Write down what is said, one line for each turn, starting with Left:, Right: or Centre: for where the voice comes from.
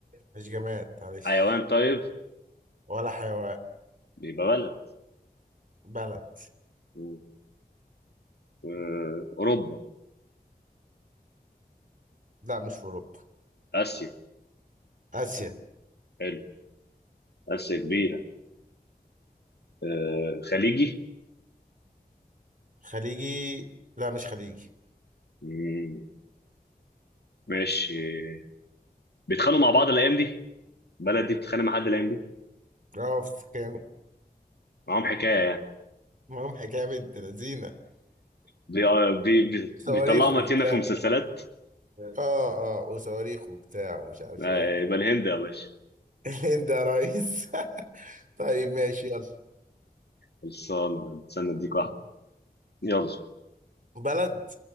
Right: مش جماد معلش
Left: حيوان طيب
Right: ولا حيوان
Left: يبقى بلد
Right: بلد
Left: و- و- أوروبا
Right: لا مش في اوروبا
Left: آسيا
Right: اسيا
Left: حلو آسيا كبيرة آه، خليجي
Right: خليجي لا مش خليجي
Left: مم، ماشي بيتخانقوا مع بعض الأيام دي بلد دي بتتخانق مع حد الأيام دي
Right: اه كان
Left: معاهم حكاية يعني
Right: معاهم حكايه بنت لذينه
Left: بي... آه، بي... بي...
Right: صواريخ
Left: بيطلعوا متينة
Right: وبتاع
Left: في مسلسلات
Right: اه اه وصواريخ وبتاع ومش عارف
Left: آه،
Right: ايه
Left: يبقى الهند يا باشا
Right: <laughs> الهند يا ريس <laughs> طيب ماشي يلا
Left: خلصانة استنى أديك واحدة يلا
Right: بلد